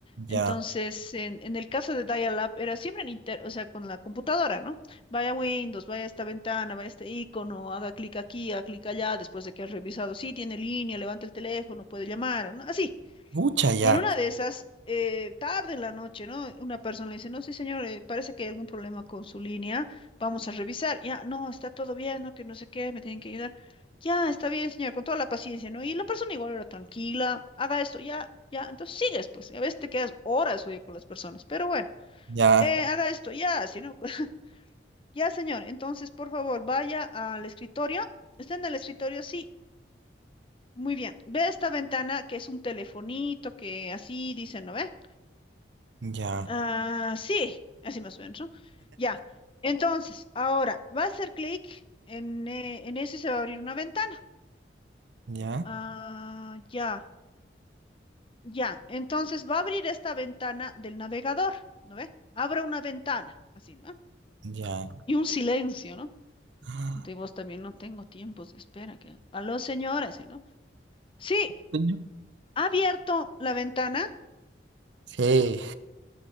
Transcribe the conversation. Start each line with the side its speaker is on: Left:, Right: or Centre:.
Left: Entonces,
Right: ya,
Left: en, en el caso de Dial-Up era siempre en inter, o sea, con la computadora, ¿no? Vaya Windows, vaya esta ventana, vaya este icono, haga clic aquí, haga clic allá, después de que has revisado, sí, tiene línea, levanta el teléfono, puede llamar, ¿no? Así.
Right: mucha ya,
Left: Y en una de esas, eh, tarde en la noche, ¿no? Una persona le dice, no, sí, señor, eh, parece que hay algún problema con su línea, vamos a revisar. Ya, no, está todo bien, no, que no sé qué, me tienen que ayudar. Ya, está bien, señor, con toda la paciencia, ¿no? Y la persona igual era tranquila, haga esto, ya, ya, entonces sigues, pues, y a veces te quedas horas, oye, con las personas, pero bueno,
Right: ya,
Left: eh, haga esto, ya, así, ¿no? <laughs> Ya, señor, entonces, por favor, vaya al escritorio. ¿Está en el escritorio? Sí, muy bien. Ve esta ventana que es un telefonito, que así dicen, ¿no ve?
Right: ya,
Left: Ah, sí, así más o menos, ¿no? Ya. Entonces, ahora va a hacer clic en, eh, en eso y se va a abrir una ventana.
Right: ya,
Left: Ah, ya, ya. Entonces va a abrir esta ventana del navegador, ¿no ve? Abra una ventana, así, ¿no?
Right: ya.
Left: Y un silencio, ¿no?
Right: Ah,
Left: De vos también no tengo tiempos de espera. Que... Aló, señora, ¿sí, no? Sí,
Right: coño.
Left: ha abierto la ventana,
Right: Sí,